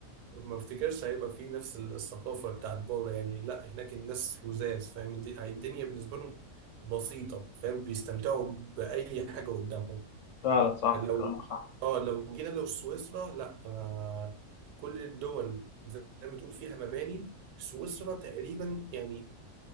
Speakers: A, on the right; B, on the left.
A: ما افتكرش هيبقى فيه نفس الثقافة بتاعت بره يعني لا هناك الناس لذاذ فاهم الد- الدنيا بالنسبة لهم بسيطة فاهم بيستمتعوا بأي حاجة قدامهم
B: فعلا صح
A: لو
B: كلامك صح
A: اه لو جينا لو سويسرا لا أنا كل الدول زي ما تقول فيها مباني سويسرا تقريبا يعني